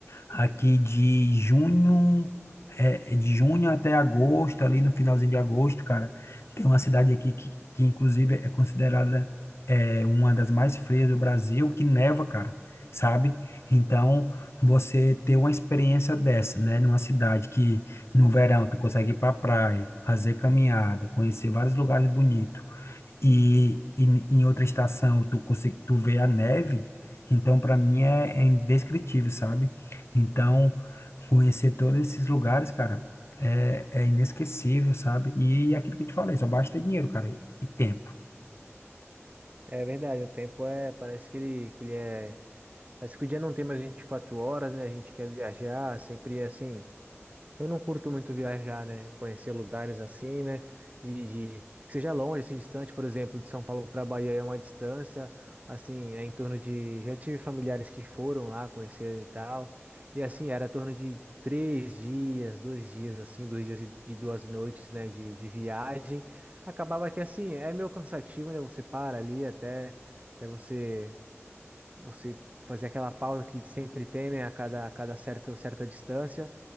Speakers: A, on the left (about 60°); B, on the right (about 30°).
A: Aqui de junho, é, é de junho até agosto, ali no finalzinho de agosto, cara, tem uma cidade aqui que, que inclusive é considerada é, uma das mais frias do Brasil, que neva, cara, sabe? Então, você ter uma experiência dessa, né, numa cidade que no verão tu consegue ir pra praia, fazer caminhada, conhecer vários lugares bonitos, e, e em outra estação tu consegue tu vê a neve, então para mim é, é indescritível, sabe? Então conhecer todos esses lugares, cara, é, é inesquecível, sabe? E aquilo que eu te falei, só basta dinheiro, cara, e, e tempo.
B: É verdade, o tempo é, parece que ele, que ele é, parece que o dia não tem mais 24 horas, né? A gente quer viajar, sempre é assim, Eu não curto muito viajar, né? Conhecer lugares assim, né? De, de- que seja longe, assim, distante, por exemplo, de São Paulo para Bahia é uma distância, assim, é em torno de. Já tive familiares que foram lá conheceram e tal. E assim, era em torno de três dias, dois dias, assim, dois dias e, e duas noites, né? De, de viagem. Acabava que assim, é meio cansativo, né? Você para ali até, até você você fazer aquela pausa que sempre tem, né, a cada, a cada certo, certa distância.